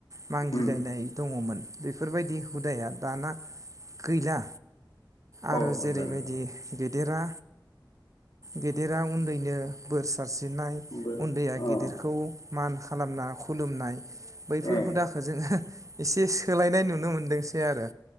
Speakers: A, on the right; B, on the left.
A: मागिलायनाय
B: उम
A: दङमोन। <inaudible> बेफोरबायदि हुदाया दाना गैला। आरो
B: औ
A: जेरैबायदि
B: नंगौ नोंथां
A: देरा गेदेरा उन्दैनो बोर सा सारस्रिनाय
B: बो
A: उन्दैया
B: अ
A: गेदे खौ मान खालामना खु खुलुमनाय बैफोर
B: ए
A: हुदाखो जोङो एसे सोलायनाय नुनो मोनदोंसै आरो।